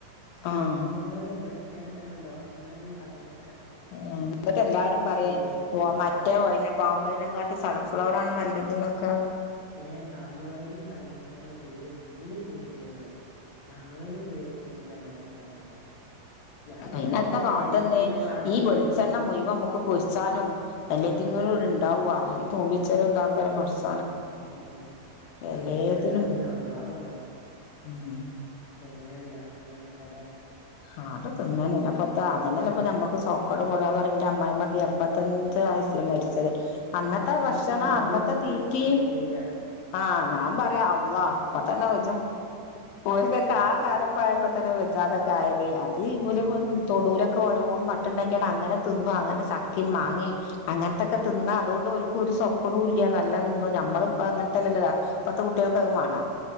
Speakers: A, on the left (about 60°); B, on the left (about 75°).
A: പക്ഷെ
B: ആഹ്
A: സൺഫ്ലവറോയില് ഭയങ്കര ആ ഡോക്ടർമാരാണ് പറഞ്ഞെ
B: ആ ന്നിട്ട് എല്ലാരും പറയേ
A: ചെയ്യരുത്
B: ഓ മറ്റേ
A: ആഹ്
B: ഓയില്നെ പാമ്പോയ്ല്നെ കാട്ട് സൺഫ്ലവറാണ് നല്ല ത് നൊക്കെ
A: ഏ പാമോയിലും സൺഫ്ളവറും തീരും തീര ഉപയോഗിക്കില്ല പാം ഓയില് ഉപയോഗിക്കരുന്നെന്ന ഡോക്ടർ പറഞ്ഞത് ഞാൻ ഇങ്ങനെ
B: പിന്നെത്തെ
A: ഇങ്ങനെ
B: കാട്ടന്നെ
A: ഹെൽത്തിന്റെ ക്ലാസ്
B: ഈ വെളിച്ചെണ്ണ
A: യൂട്യൂബിലൊക്കെ
B: മുഴവ് നമുക്ക് പൊരിച്ചാനും അല്ല
A: ആഹ്
B: ഉണ്ടാവുവാ ഈ തോന്നിച്ചന്താക്കാലും കുറച്ച്
A: അങ്ങക്കെ
B: എല്ലാത്തിനും
A: എങ്ങനെ ഉണ്ടാക്കണ്ടാവുന്നത്
B: ഉം
A: എങ്ങനെയ ഉണ്ടാക്കണന്നൊക്കെ
B: ആ അത് തിന്നല്ല പൊത്ത അതന്നല്ല
A: ഉം
B: ഇപ്പ നമ്മുക്ക് സോക്കോട് കൂടല എന്റെ അമ്മായിമ്മക്ക്
A: ഉം
B: എമ്പത്തഞ്ച് വയസ്സിൽ മരിച്ചത് അന്നത്തെ
A: അത്രൊന്നും
B: ഭക്ഷണം
A: നമ്മളൊന്നും
B: അന്നത്തെ തീറ്റി
A: നിക്കൂല
B: ആഹ് ഞാൻ പറയാം അ അപ്പൊ തന്നെ വ ഓൽക്കൊക്കെ
A: ആഹ്
B: ആ കാലപ്പായപ്പോ തന്നെ വിജാതൊക്കെ ആയത് അത്ലം
A: ആഹ്
B: തൊടൂലൊ ഒരോന്ന് നട്ട്ണ്ടാക്കിയാണ്ട് അങ്ങനെ തിന്നും അങ്ങനെ ചക്കിം മാങ്ങിം അങ്ങത്തെക്കെ തിന്നാ അതൊട് ഓൽക്ക് ഒ സ്വക്കടും ഇല്ല നല്ലന്നും
A: ഉം
B: നമ്മൾഇപ്പ
A: ഉം
B: അങ്ങനത്തെല്ല പത്തെ കുട്ടേൾക്ക്ൾക്കത് വാണ